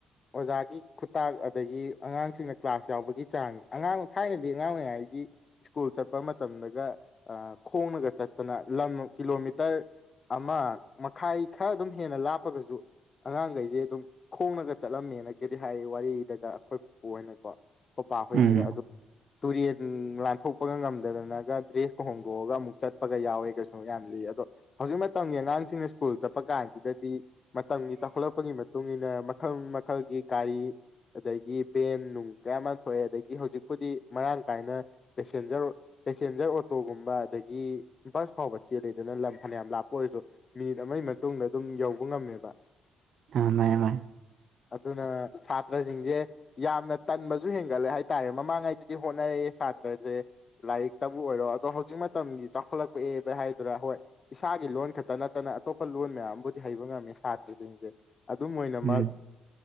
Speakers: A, on the left (about 35°); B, on the right (about 65°).
A: ꯑꯣꯖꯥꯒꯤ ꯈꯨꯇꯥꯛ ꯑꯗꯒꯤ ꯑꯉꯥꯡꯁꯤꯡꯅ ꯀ꯭ꯂꯥꯁ ꯌꯥꯎꯕꯒꯤ ꯆꯥꯡ ꯑꯉꯥꯡ ꯊꯥꯏꯅꯗꯤ ꯑꯉꯥꯡ ꯑꯣꯏꯔꯤꯉꯩꯒꯤ ꯁ꯭ꯀꯨꯜ ꯆꯠꯄ ꯃꯇꯝꯗꯒ ꯑ ꯈꯣꯡꯅꯒ ꯆꯠꯇꯅ ꯂꯝ ꯀꯤꯂꯣꯃꯤꯇꯔ ꯑꯃ ꯃꯈꯥꯏ ꯈꯔ ꯑꯗꯨꯝ ꯍꯦꯟꯅ ꯂꯥꯞ ꯄꯒꯖꯨ ꯑꯉꯥꯡꯒꯩꯖꯦ ꯗꯨꯝ ꯈꯣꯡꯅꯒ ꯆꯠꯂꯝꯃꯦꯅ ꯒꯗꯤ ꯍꯥꯏ ꯋꯥꯔꯤꯗꯒ ꯑꯈꯣꯏ ꯑꯣꯏꯅꯀꯣ ꯈꯣꯄꯥ ꯍꯣꯏꯅꯒ
B: ꯎꯝ
A: ꯑꯗꯨꯝ ꯇꯨꯔꯦꯟ ꯂꯥꯟꯊꯣꯛꯄꯒ ꯉꯝꯗꯗꯅꯒ ꯗ꯭ꯔꯦꯁꯀ ꯍꯣꯡꯗꯣꯛꯑꯒ ꯑꯃꯨ ꯑꯃꯨꯛ ꯆꯠꯄꯒ ꯌꯥꯎꯋꯦꯒꯁꯨ ꯌꯥꯝ ꯂꯤ ꯑꯗꯣ ꯍꯧꯖꯤꯛ ꯃꯇꯝꯒꯤ ꯑꯉꯥꯡꯁꯤꯡꯅ ꯁ꯭ꯀꯨꯜ ꯆꯠꯄ ꯀꯥꯟꯁꯤꯗꯗꯤ ꯃꯇꯝꯒꯤ ꯆꯥꯎꯈꯠꯂꯛꯄꯒꯤ ꯃꯇꯨꯡ ꯏ ꯃꯇꯨꯡꯏꯟꯅ ꯃꯈꯜ ꯃꯈꯜꯒꯤ ꯒꯥꯔꯤ ꯑꯗꯒꯤ ꯚꯦꯟ ꯅꯨꯡ ꯀꯌꯥ ꯑꯃ ꯊꯣꯛꯑꯦ ꯑꯗꯒꯤ ꯍꯧꯖꯤꯛꯄꯨꯗꯤ ꯃꯔꯥꯡ ꯀꯥꯏꯅ ꯄꯦꯁꯦꯟꯖꯔ ꯄꯦꯁꯦꯟꯖꯔ ꯑꯣꯇꯣꯒꯨꯝꯕ ꯑꯗꯒꯤ ꯕꯁ ꯐꯥꯎꯕ ꯆꯦꯜꯜꯂꯤꯗꯅ ꯂꯝ ꯐꯅꯌꯥꯝ ꯂꯥꯞꯄ ꯑꯣꯏꯔꯁꯨ ꯃꯤꯅꯤꯠ ꯑꯃꯒꯤ ꯃꯇꯨꯡꯗ ꯑꯗꯨꯝ ꯌꯧꯕ ꯉꯝꯃꯦꯕ
B: ꯑ ꯃꯥꯅꯦ ꯃꯥꯅꯦ
A: ꯑꯗꯨꯅ ꯁꯥꯇ꯭ꯔꯁꯤꯡꯁꯦ ꯌꯥꯝꯅ ꯇꯟꯕꯁꯨ ꯍꯦꯟꯒꯠꯂꯦ ꯍꯥꯏ ꯇꯔꯦ ꯃꯃꯥꯡꯉꯩꯗꯗꯤ ꯍꯣꯠꯅꯔꯛꯑꯦ ꯁꯥꯇ꯭ꯔꯁꯦ ꯂꯥꯏꯔꯤꯛꯇꯕꯨ ꯑꯣꯏꯔꯣ ꯑꯗꯣ ꯍꯧꯖꯤꯛ ꯃꯇꯝꯒꯤ ꯆꯥꯎꯈꯠꯂꯛꯄꯑꯕ ꯍꯥꯏꯗ꯭ꯔꯥ ꯍꯣꯏ ꯏꯁꯥꯒꯤ ꯂꯣꯟ ꯈꯛꯇ ꯅꯠꯇꯅ ꯑꯇꯣꯞꯄ ꯂꯣꯟ ꯃꯌꯥꯝꯕꯨꯗꯤ ꯍꯩꯕ ꯉꯝꯃꯦ ꯁꯥꯇ꯭ꯔꯁꯤꯡꯁꯦ ꯑꯗꯨꯝ ꯑꯣꯏꯅꯃꯛ
B: ꯎꯝ